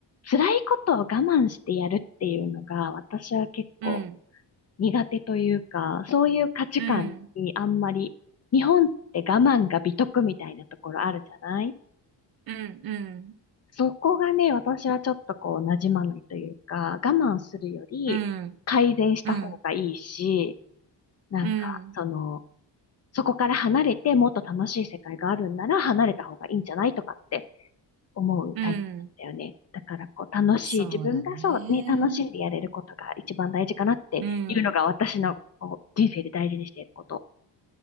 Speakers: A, on the left (about 35°); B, on the right (about 55°).
A: 辛いことを我慢してやるっていうのが、私は結構
B: うん
A: 苦手というか、そういう価値観にあんまり、
B: うん
A: 日本って我慢が美徳みたいなところあるじゃない
B: うんうん
A: そこがね、私はちょっとこう、馴染まないというか、我慢するより改善した方がいいし、
B: うんうん
A: なんか、
B: うん
A: その、そこから離れてもっと楽しい世界があるんなら離れた方がいいんじゃないとかって思うタイプだったよね。
B: うん
A: だからこう楽しい、
B: そうだね。
A: 自分がそうね、楽しんでやれることが一番大事かなっていうのが私のこう人生で大事にしていること。
B: うん。